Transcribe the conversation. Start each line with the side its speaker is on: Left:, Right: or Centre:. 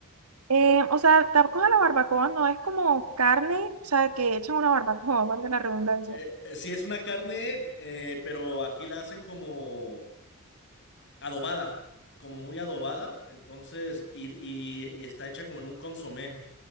Right: Eh, o sea, tampoco la barbacoa no es como carne, o sea, que echan una barbacoa, valga la redundancia.
Left: Eh, eh, sí es una carne, eh, pero aquí la hacen como... adobada, como muy adobada, entonces, y, y- y está hecha como en un consomé.